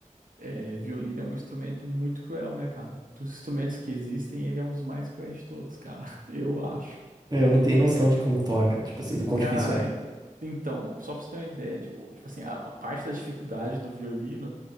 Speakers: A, on the right (about 85°); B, on the right (about 30°).
A: é, violino é um instrumento muito cruel, né, cara? Dos instrumentos que existem, ele é um dos mais cruéis de todos, cara, <laughs> eu acho.
B: Eu não tenho noção de como toca, tipo assim, do quão
A: Cara,
B: difícil é.
A: e- então, só pra você ter uma ideia, de co- tipo assim, a, a parte da dificuldade do violino